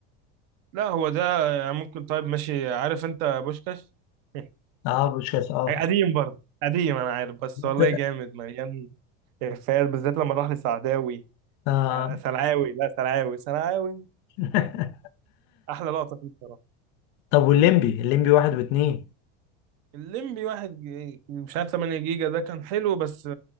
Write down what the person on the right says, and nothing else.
لا هو ده يعني ممكن طيب ماشي عارف انت بوشكاش <laughs>
قديم برضه قديم انا عارف بس
والله جامد مليان افيهات بالذات لما راح لسعداوي
سلعاوي لا سلعاوي سلعاوي
احلى لقطه فيه بصراحه
الليمبي واحد جي- مش عارف 8 جيجا ده كان حلو بس